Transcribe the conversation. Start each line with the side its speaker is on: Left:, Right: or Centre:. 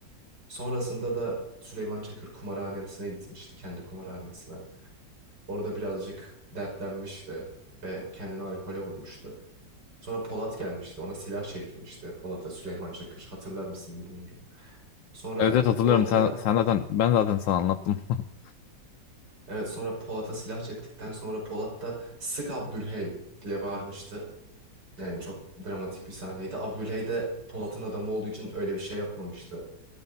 Right: Sonrasında da Süleyman Çakır kumarhanesine gitmişti, kendi kumarhanesine. Orada birazcık dertlenmişti ve kendini alkole vurmuştu. Sonra Polat gelmişti, ona silah çekmişti. Polat'a Süleyman Çakır, hatırlar mısın bilmiyorum. Sonra
Left: Evet evet hatırlıyorum.
Right: Polat
Left: Sen,
Right: da,
Left: sen zaten ben zaten sana anlattım. <laughs>
Right: evet sonra Polat'a silah çektikten sonra Polat da sık Abdülhey diye bağırmıştı. Yani çok dramatik bir sahneydi. Abdülhey de Polat'ın adamı olduğu için öyle bir şey yapmamıştı.